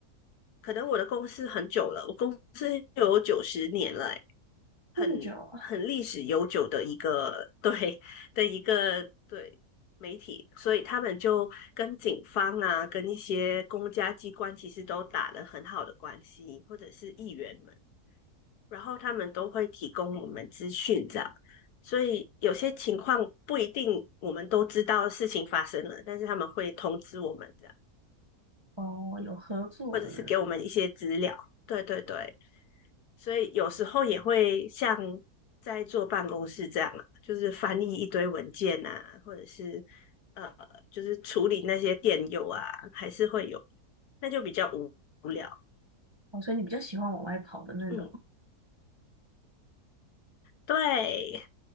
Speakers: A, on the left (about 75°); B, on the right (about 25°).
A: 可能我的公司很久了，我公司有九十年了、欸，很很历史悠久的一个
B: 这么久啊？
A: <laughs> 对的一个对媒体，所以他们就跟警方啊，跟一些公家机关其实都打了很好的关系，或者是议员们，然后他们都会提供我们资讯这样。所以有些情况不一定我们都知道事情发生了，但是他们会通知我们这样，
B: 哦，
A: 嗯，
B: 有合作的那种，
A: 或者是给我们一些资料。对对对，所以有时候也会像在坐办公室这样啊，就是翻译一堆文件啊，或者是呃，就是处理那些电邮啊，还是会有，那就比较无无聊。
B: 哦，所以你比较喜欢往外跑的那种。
A: 嗯，对。